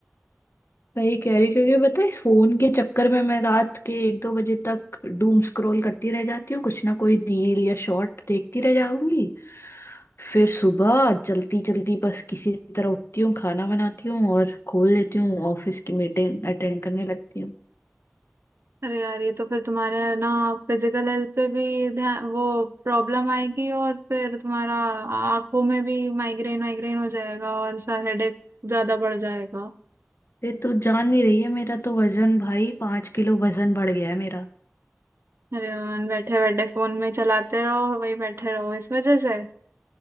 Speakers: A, on the left; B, on the right.
A: वही कह रही क्योंकि पता है इस फोन के चक्कर में मैं रात के एक दो बजे तक डूम स्क्रॉल करती रह जाती हूँ कुछ ना कोई रील या शॉर्ट देखती रह जाऊंगी फिर सुबह जल्दी जल्दी बस किसी तरह उठती हूँ खाना बनाती हूँ और खोल लेती हूँ ऑफिस की मीटिंग अटेंड करने लगती हूँ
B: अरे यार ये तो फिर तुम्हारे है ना फिजिकल हेल्थ पे भी ध्यान वो प्रॉब्लम आएगी और फिर तुम्हारा आंखों में भी माइग्रेन वाइग्रेन हो जाएगा और सर हेडेक ज्यादा बढ़ जाएगा
A: ये तो जान नहीं रही है मेरा तो वजन भाई पाँच किलो वजन बढ़ गया है मेरा
B: अरे यार, बैठे बैठे फोन में चलाते रहो वही बैठे रहो इस वजह से